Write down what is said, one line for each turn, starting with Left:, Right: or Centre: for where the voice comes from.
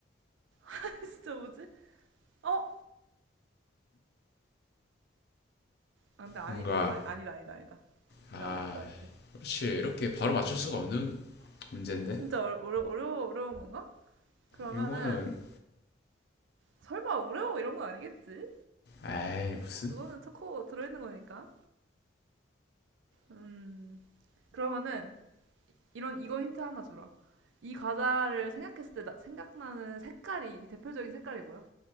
Right: <laughs> 진짜 뭐지? 어? 아, 근데 아니
Left: 뭔가,
Right: 그건 아니, 아니다 아니다 아니다.
Left: 아,
Right: 이건 아닐 것 같아.
Left: 그렇지. 이렇게 바로 맞출 수가 없는 문제인데?
Right: 진짜 어려 어려 어려 어려운 건가? 그러면은
Left: 이거는,
Right: 설마 오레오 이런 건 아니겠지?
Left: 에이, 무슨?
Right: 그거는 초코 들어있는 거니까. 음 그러면은 이런 이거 힌트 하나 주라. 이 과자를 생각했을 때 나- 생각나는 색깔이 대표적인 색깔이 뭐야?